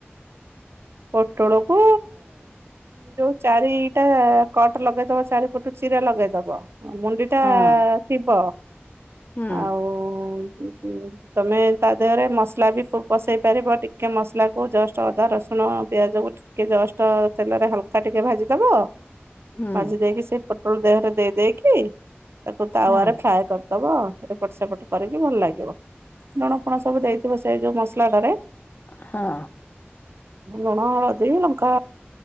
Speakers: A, on the right (about 75°); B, on the left (about 40°).
A: ପୋଟଳକୁ ଯୋଉ ଚାରିଟା କଟ ଲଗେଇଦବ ଚାରିପଟୁ ଚିରା ଲଗେଇଦବ ମୁଣ୍ଡି ଟା
B: ହଁ
A: ଥିବ
B: ହୁଁ
A: ଆଉ ହଁ ତମେ ତା ଦେହରେ ମସଲା ବି ପସେଇ ପାରିବ ଟିକେ ମସଲା କୁ ଜଷ୍ଟ ଅଦା ରସୁ ଣ ପିଆଜ କୁ ଟିକେ ଜଷ୍ଟ ତେଲରେ ହାଲକା ଟିକେ ଭାଜିଦବ।
B: ହୁଁ
A: ମାଜି ଦେଇକି ସେ ପୋଟଳ ଦେହରେ ଦେଇ ଦେଇକି ତାକୁ ତାୱାରେ
B: ହଁ
A: ଫ୍ରାଏ କରିଦ ଦବ ଏପଟ ସେପଟ କରିକି ଭଲ ଲାଗିବ ଲୁଣ ଫୁଣ ସବୁ ଦେଇଥିବ ସେ ଯୋଉ ମସଲାଟାରେ
B: ହଁ।
A: ଲୁଣ ହଳଦୀ ଲଙ୍କା